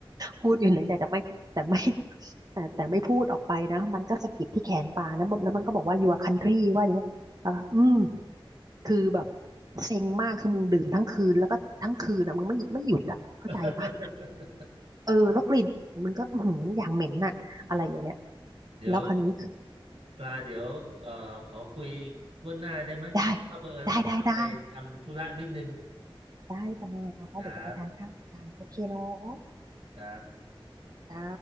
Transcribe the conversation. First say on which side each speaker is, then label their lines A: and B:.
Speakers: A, on the right; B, on the right.
A: พูดอยู่ในใจแต่ไม่แต่ไม่แต่แต่ไม่พูดออกไปนะมันก็สะกิดที่แขนปานะแล้วมันก็บอกว่า your country ว่าอย่างเงี้ยแล้วก็อืมคือแบบเซ็งมากคือมึงดื่มทั้งคืนแล้วก็ทั้งคืนอ่ะมึงไม่ไม่หยุดอ่ะเข้าใจปะ
B: <laughs>
A: เออแล้วกลิ่นมันก็หืออย่างเหม็นน่ะอะไรอย่างเงี้ย
B: เดี๋ยว
A: แล้วคราวนี้คือ
B: ปลาเดี๋ยวเอ่อขอคุยล่วงหน้าได้ไหมเพราะว่าเผอิญว่าพี่ต้องไปทำธุระนิดนึง
A: ได้ได้ได้ได้ได้จ้าจ้าจ้าเดี๋ยวจะไปทานข้าวกันโอเคเนาะ
B: ครับครับ
A: จ้า